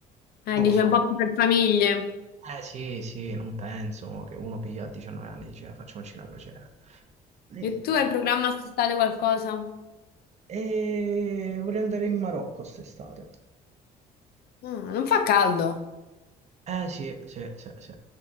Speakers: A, on the left (about 65°); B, on the right (about 40°).
A: Eh,
B: non
A: dice
B: lo so.
A: un po' più per famiglie.
B: Eh sì, sì, non penso mo, che uno piglia a 19 anni e dice "Ah, facciamoci una crociera. Mm.
A: E tu hai in programma quest'estate qualcosa?
B: E vorrei andare in Marocco quest'estate.
A: Ah, non fa caldo.
B: Eh sì, sì, sì, sì.